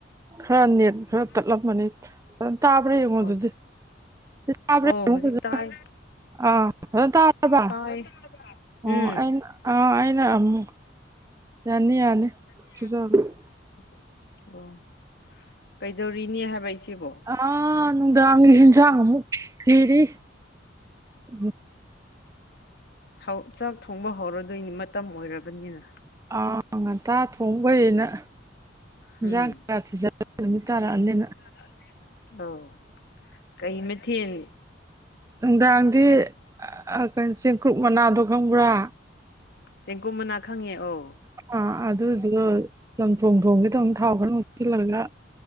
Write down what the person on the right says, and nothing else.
ꯈꯔ ꯅꯦꯠ ꯈꯔ
ꯇꯠꯂꯝꯃꯅꯤ ꯑꯗꯣ ꯇꯥꯕ꯭ꯔꯥ ꯌꯦꯡꯉꯣ
ꯑꯗꯨꯗꯤ ꯇꯥꯕ꯭ꯔꯥ
ꯌꯦꯡꯉꯣ
ꯐꯖꯅ
ꯑꯥ ꯐꯖꯅ ꯇꯥꯔꯕ
ꯑꯣ ꯑꯩꯅ ꯑꯥ ꯑꯩꯅ ꯑꯃꯨꯛ ꯌꯥꯅꯤ ꯌꯥꯅꯤ
ꯁꯨꯖꯔꯣ.
ꯑꯥ ꯅꯨꯡꯗꯥꯡꯒꯤ ꯍꯦꯟꯖꯥꯡ ꯑꯃꯨꯛ ꯊꯤꯔꯤ <unintelligible>
ꯑꯧ ꯉꯟꯇꯥ ꯊꯣꯡ__ ꯊꯣꯡꯕꯩꯅ
ꯏꯟꯁꯥꯡ ꯀꯌꯥ ꯊꯤꯖꯜꯂꯤ ꯅꯨꯃꯤꯠ ꯇꯥꯔꯛꯑꯅꯦꯅ
ꯅꯨꯡꯗꯥꯡꯗꯤ ꯀꯩꯅꯣ ꯆꯦꯡꯀ꯭ꯔꯨꯞ ꯃꯅꯥꯗꯣ ꯈꯪꯕ꯭ꯔꯥ
ꯑ ꯑꯗꯨꯗꯣ ꯆꯝꯊꯣꯡ ꯊꯣꯡꯒꯦꯇꯧꯅꯦ ꯊꯥꯎ ꯈꯔ__ <unintelligible> ꯍꯥꯞꯆꯤꯜꯂꯒ